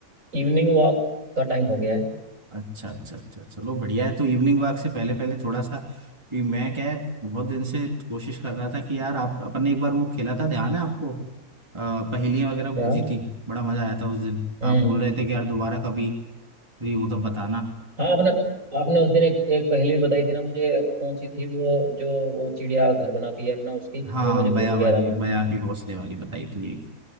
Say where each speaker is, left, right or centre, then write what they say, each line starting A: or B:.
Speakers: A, on the right; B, on the right.
A: इवनिंग वॉक का टाइम हो गया है
B: अच्छा अच्छा अच्छा अच्छा, चलो बढ़िया है तो इवनिंग वॉक से पहले
A: हम्म,
B: पहले थोड़ा सा कि मैं क्या है बहुत दिन से कोशिश कर रहा था कि यार आप अपन ने एक बार वो खेला था ध्यान है आपको अ, पहेलियां वगैरह
A: क्या
B: बूझी थी बड़ा मजा आया था उस दिन
A: हम्म
B: आप बोल रहे थे कि यार दोबारा कभी फ्री हो तो बताना
A: हाँ आपने आपने उस दिन एक, एक पहले भी बताई थी ना मुझे कौन सी थी वो जो वो चिड़िया घर बनाती है अपना उसकी
B: हाँ
A: वो मुझे
B: बया
A: भूल गया
B: वाली
A: था मैं
B: बया के घोंसले वाली बताई थी एक